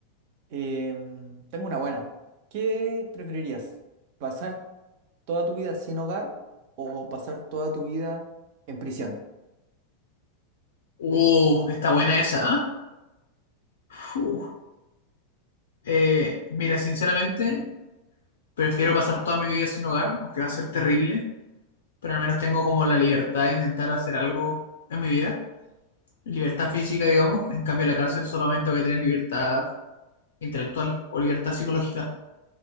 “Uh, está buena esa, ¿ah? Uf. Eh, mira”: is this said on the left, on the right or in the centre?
Left